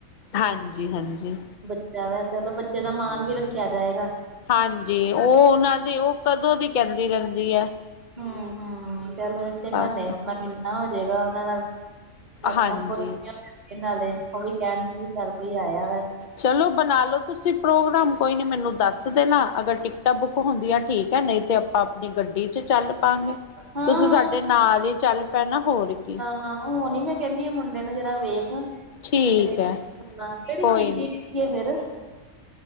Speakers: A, on the left; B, on the right.
A: ਹਾਂਜੀ- ਹਾਂਜੀ।
B: ਮੈ ਕਿਆ ਚਲੋ ਬੱਚੇ ਦਾ ਮੰਨ ਵੀ ਰੱਖਿਆ ਜਾਏਗਾ।
A: ਹਾਂਜੀ, ਉਹ ਉਹਨਾਂ ਦੀ ਉਹ ਕਦੋਂ ਦੀ ਕਹਿੰਦੀ ਰਹਿੰਦੀ ਐ।
B: ਹੂੰ-ਹੂੰ ਚਲੋ ਇਸੇ
A: ਬਸ
B: ਬਾਹਨੇ ਮਲਲਿਣਾ ਹੋਜੇ ਗਾ ਉਹਨਾਂ ਨਾਲ। ਆਪਣਾ
A: ਹਾਂਜੀ
B: ਕੁਛ ਇਹ ਨਾਲੇ ਉਹ ਵੀ ਕਹਿਣਗੇ ਵੀ ਚੱਲ ਕੋਈ ਆਇਆ ਵਾ।
A: ਚਲੋ ਬਣਾ ਲੋ ਤੁਸੀਂ ਪ੍ਰੋਗਰਾਮ ਕੋਈ ਨੀ ਮੈਨੂੰ ਦੱਸ ਦੇਣਾ, ਅਗਰ ਟਿਕਟਾਂ ਬੁੱਕ ਹੁੰਦੀਆਂ ਠੀਕ ਐ ਨਈ ਤੇ ਆਪਾਂ ਆਪਣੀ ਗੱਡੀ ਚ ਚੱਲ ਪਾਗੇ।
B: ਹਾਂ
A: ਤੁਸੀਂ ਸਾਡੇ ਨਾਲ ਹੀ ਚੱਲ ਪੈਣਾ ਹੋਰ ਕੀ।
B: ਹਾਂ ਹੂ ਨੀ ਮੈਂ ਕਹਿੰਦੀ ਆ ਮੁੰਡੇ ਨੂੰ ਜ਼ਰਾ ਵੇਖ, ਤੇ
A: ਠੀਕ ਹੈ
B: ਹ ਕਿਹੜੀ
A: ਕੋਈ
B: ਤਰੀਕ
A: ਨੀ
B: ਦੀ? ਕੀ ਐ ਫੇਰ